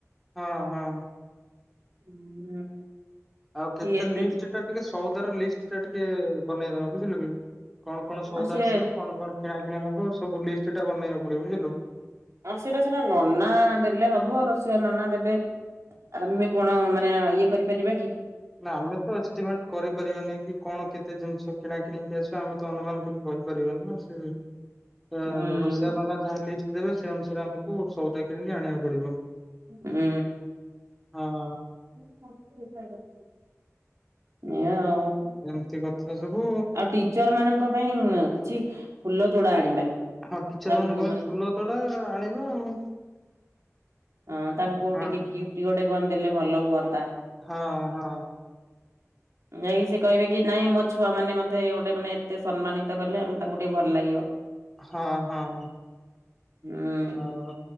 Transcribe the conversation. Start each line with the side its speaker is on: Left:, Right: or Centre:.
Centre: ହଁ ହଁ
Right: ହୁଁ
Centre: ଆଉ କେତେ
Right: କି ଏତିକି
Centre: ଲିଷ୍ଟ ଟା ଟିକେ ସଉଦାର ଲିଷ୍ଟ ଟା ଟିକେ ବନେଇଦବା ବୁଝିଲୁ କି? କଣ କଣ ସଉଦା
Right: ଆଉ ସେ
Centre: ଆସିବ କଣ କଣ? କିଣା କିିଣି ହବ ସବୁ ଲିଷ୍ଟ ଟା ବନେଇବାକୁ ପଡ଼ିବ ବୁଝିଲୁ।
Right: ଆ ସେଇଟା ସିନା ନନା ଦେଲେ ହବ। ରସିଆ ନନା ଦେବେ ଆମେ କଣ ମାନେ ଇଏ କରିପାରିବା କି?
Centre: ନା ଆମେ ତ ଏଷ୍ଟିମେଟ କରିପାରିବାନି କି କଣ କେତେ ଜିନିଷ କିଣା କିଣି ଜିନିଷ ଆମେ ତ ଅନୁମାନ କରି କହିପାରିବିନି ନାଁ ସେ ତ
Right: ହୁଁ।
Centre: ରୋଷେଇଆ ନନା ଯାହା ଲିଷ୍ଟ୍ ଦେବେ ସେ ଅନୁସାରେ ଆମକୁ ସଉଦା କିଣିକି ଆଣିଆକୁ ପଡ଼ିବ।
Right: ହୁଁ।
Centre: ହଁ।
Right: <unintelligible> ନେଆ ଆଉ
Centre: ଏମିତି କଥା ସବୁ
Right: ଆଉ ଟିଚର ମାନଙ୍କ ପାଇଁ କିଛି ଫୁଲ ତୋଡ଼ା ଆଣିବା।
Centre: ହଁ ଟିଚର
Right: ତାଙ୍କୁ
Centre: ମାନଙ୍କ ପାଇଁ
Right: ମାନେ
Centre: ଫୁଲ ତୋଡ଼ା ଆଣିବା ଆଉ।
Right: ହଁ ତାଙ୍କୁ
Centre: ଆଉ
Right: ଟିକେ ଗିଫ୍ଟ ଗୋଟେ କଣ ଦେଲେ ଭଲ ହୁଅନ୍ତା?
Centre: ହଁ ହଁ।
Right: ଯାଇ ସେ କହିବେ କି ନାଇଁ ମୋ ଛୁଆ ମାନେ ମତେ ଗୋଟେ ଏତେ ସମ୍ମାନିତ କଲେ ଆମେ ତାଙ୍କୁ ଟିକେ ଭଲ ଲାଗିବ।
Centre: ହଁ ହଁ ହଁ।
Right: ହୁଁ
Centre: ଆଉ